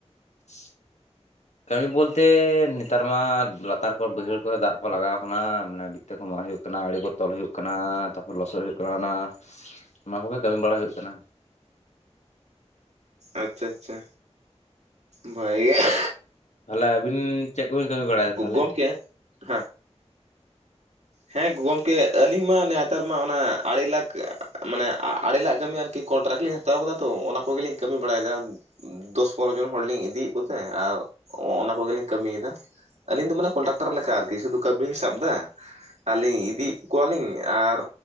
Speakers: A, on the left; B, on the right.
A: <inaudible> ᱠᱟᱹᱢᱤ ᱵᱩᱞᱛᱮ ᱱᱮᱛᱟᱨ ᱢᱟ ᱞᱟᱛᱟᱨ ᱠᱚᱨᱮ ᱵᱟᱹᱭᱦᱟᱹᱲ ᱠᱚᱨᱮ ᱫᱟᱜ ᱠᱚ ᱞᱟᱜᱟᱣ ᱠᱟᱱᱟ᱾ ᱢᱟᱱᱮ ᱛᱮ ᱠᱚ ᱢᱟᱜ ᱦᱩᱭᱩᱜ ᱠᱟᱱᱟ, ᱟᱲᱤ‌ ᱠᱩ ᱛᱚᱞ ᱦᱩᱭᱩᱜ ᱠᱟᱱᱟ, ᱛᱟᱯᱚᱨ ᱞᱚᱥᱚᱫ ᱦᱩᱭᱩᱜ ᱠᱟᱱᱟ, ᱚᱱᱟ ᱚᱱᱟ ᱠᱚᱜᱮ ᱠᱟᱹᱢᱤ ᱵᱟᱲᱟ ᱦᱩᱭᱩᱜ ᱠᱟᱱᱟ᱾
B: ᱟᱪᱷᱟ ᱟᱪᱷᱟ ᱵᱟᱭᱟ ᱾
A: ᱛᱟᱦᱞᱮ ᱟᱹᱵᱤᱱ ᱪᱮᱫ ᱠᱚᱵᱤᱱ ᱠᱟᱹᱢᱤ ᱵᱟᱲᱟᱭᱮᱫᱟ ᱛᱟᱦᱞᱮ
B: ᱜᱚᱢᱠᱮ ᱦᱮᱸ᱾ ᱦᱮᱸ ᱜᱚᱢᱠᱮ ᱟᱹᱞᱤᱧ ᱢᱟ ᱱᱮᱛᱟᱨ ᱢᱟ ᱚᱱᱟ ᱟᱲᱤ ᱞᱟᱠ ᱢᱟᱱᱮ ᱟᱜ ᱟᱲᱮ ᱞᱟᱜ ᱠᱟᱹᱢᱤ ᱟᱨ ᱠᱤ ᱠᱚᱱᱴᱨᱟᱠᱴ ᱞᱤᱧ ᱦᱟᱛᱟᱣ ᱠᱟᱫᱟ ᱛᱚ ᱚᱱᱟ ᱠᱚᱜᱮ ᱞᱤᱧ ᱠᱟᱹᱢᱤ ᱵᱟᱲᱟᱭ ᱫᱟ᱾ ᱫᱚᱥ ᱯᱚᱱᱨᱚ ᱡᱚᱱ ᱦᱚᱲ ᱞᱤᱧ ᱤᱫᱤᱭᱮᱜ ᱠᱚᱛᱮ ᱟᱨ ᱚᱱᱟ ᱠᱚᱜᱮ ᱞᱤᱧ ᱠᱟᱹᱢᱤᱭ ᱫᱟ᱾ ᱟᱹᱞᱤᱧ ᱫᱚ ᱢᱟᱱᱮ ᱠᱚᱱᱴᱨᱟᱠᱴᱚᱨ ᱞᱮᱠᱟ ᱟᱨ ᱠᱤ ᱥᱩᱫᱩ ᱠᱟᱹᱵᱤ‌ ᱞᱤᱧ ᱥᱟᱵ ᱫᱟ᱾ ᱟᱞᱤᱧ ᱤᱫᱤᱭᱮᱜ ᱠᱩᱣᱟ ᱞᱤᱧ, ᱟᱨ